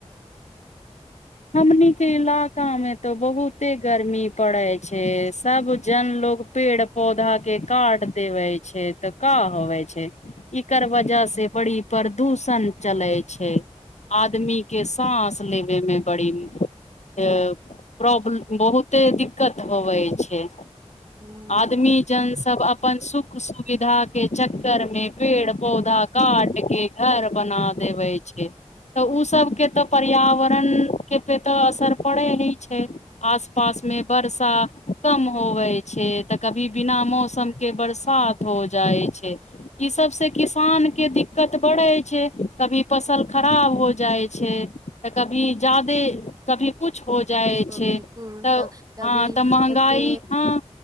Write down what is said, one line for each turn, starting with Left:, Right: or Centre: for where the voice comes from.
Left: हमनी के इलाका मे तऽ बहुते गर्मी पड़ैत छैय सब जन लोग पेड़ पौधा के काट देबै छैय तऽ का होवे छैय एकर वजह से बड़ी प्रदूषण चलय छैय आदमी के सास लेबे मे बड़ी प्रॉब्लम बहुते दिक्कत होबै छैय।
Right: हूँ
Left: आदमी जनसभ अपन सुख सुविधाके चक्करमे पेड़ पौधा काट के घर बना देवे छैय। तऽ ओसभके तऽ पर्यावरण के पे तो असर पड़े ही छैय आस पास मे वर्षा कम होवे छैय। तऽ कभी बिना मौसम के बरसात हो जाइ छैय ई सब से किसान के दिक्कत बढ़ै छैय। कभी फसल खराब हो जाइ छैय तऽ कभी जादे कभी कुछ हो जाइ
Right: कोबी
Left: छैय
Right: कुल
Left: तऽ
Right: तब तभी
Left: हँ तऽ महगाई
Right: एते
Left: हँ